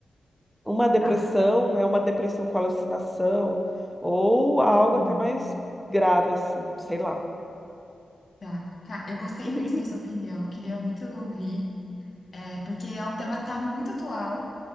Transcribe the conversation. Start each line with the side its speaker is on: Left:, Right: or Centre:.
Centre: uma depressão,
Left: Tá.
Centre: né? Uma depressão com alucinação, ou algo
Left: Uhum.
Centre: até mais grave, assim, sei lá.
Left: Tá. Ca- Eu gostei
Centre: <laughs>
Left: muito da sua opinião, queria muito ouvir. É, porque é um tema que tá muito atual